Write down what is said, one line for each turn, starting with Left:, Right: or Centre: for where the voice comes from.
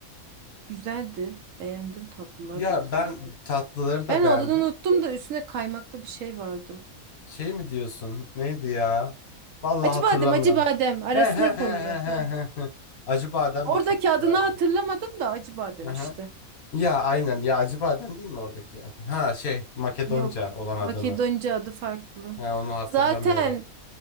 Right: Güzeldi. Beğendim. Tatlılar
Left: Ya
Right: da güzeldi.
Left: ben tatlıları da
Right: Ben
Left: beğendim.
Right: adını unuttum da üstüne kaymaklı bir şey vardı.
Left: Şey mi diyorsun? Neydi ya? Vallahi
Right: Acı
Left: hatırlamıyorum.
Right: badem, acı badem arasına
Left: He he he
Right: koyuyor.
Left: he
Right: Hı.
Left: he he. Acı badem
Right: Oradaki
Left: de çok güzeldi.
Right: adını hatırlamadım da acı badem
Left: Hı hı.
Right: işte.
Left: Ya aynen ya Acıbadem değil mi oradaki adı? Ha şey Makedonca
Right: Yok.
Left: olan adını.
Right: Makedonca adı farklı.
Left: He, onu hatırlamıyorum.
Right: Zaten